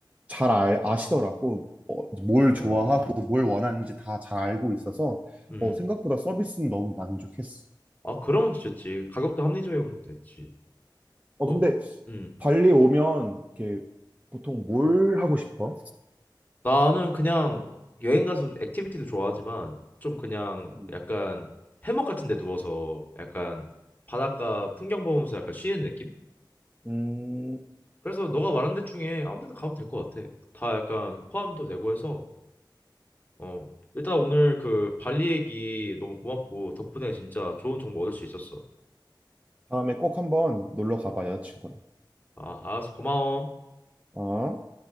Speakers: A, on the right; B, on the left.
A: 잘 아시더라고. 어, 뭘
B: 어,
A: 좋아하고 뭘 원하는지 다 잘 알고 있어서
B: 음.
A: 어, 생각보다 서비스는 너무 만족했어.
B: 아, 그러면 됐지. 가격도 합리적이고 그럼 됐지.
A: 어,
B: 어,
A: 근데
B: 음.
A: 발리 오면 이렇게 보통 뭘 하고 싶어?
B: 나는 그냥 여행 가서 액티비티도 좋아하지만 좀 그냥
A: 음.
B: 약간 해먹 같은 데 누워서 약간 바닷가 풍경 보면서 약간 쉬는 느낌?
A: 음,
B: 그래서 너가 말한 데 중에 아무 데나 가면 될 것 같아. 다 약간 포함도 되고 해서 어, 일단 오늘 그 발리 얘기 너무 고맙고 덕분에 진짜 좋은 정보 얻을 수 있었어.
A: 다음에 꼭 한번 놀러 가봐, 여자친구랑.
B: 아, 알았어. 고마워.
A: 어?